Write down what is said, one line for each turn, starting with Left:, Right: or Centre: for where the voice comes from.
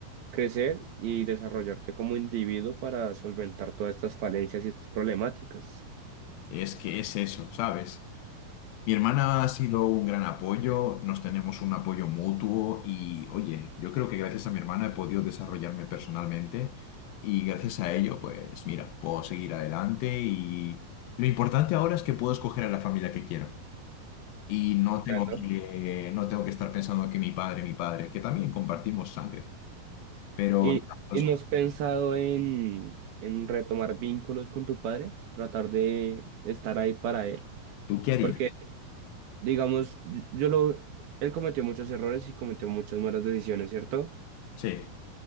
Right: crecer y desarrollarte como individuo para solventar todas estas falencias y estas problemáticas.
Left: Es que es eso, ¿sabes? Mi hermana ha sido un gran apoyo, nos tenemos un apoyo mutuo y, oye, yo creo que gracias a mi hermana he podido desarrollarme personalmente y gracias a ello, pues mira, puedo seguir adelante y lo importante ahora es que puedo escoger a la familia que quiero y no
Right: Comprendo.
Left: tengo que, no tengo que estar pensando que mi padre, mi padre, que también compartimos sangre, pero
Right: ¿Y,
Left: ya, pues,
Right: y no has pensado en, en retomar vínculos con tu padre? Tratar de estar ahí para él.
Left: ¿tú qué harías?
Right: Porque Digamos, yo lo, él cometió muchos errores y cometió muchas malas decisiones, ¿cierto?
Left: Sí,